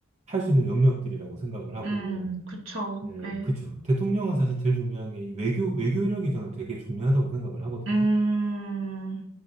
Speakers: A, on the right; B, on the right.
A: 할 수 있는 영역들이라고 생각을 하고,
B: 음, 그쵸.
A: 예,
B: 네,
A: 그쵸. 대통령은 사실 제일 중요한 게 이 외교, 외교력이 저는 되게 중요하다고 생각을 하거든요.
B: 음,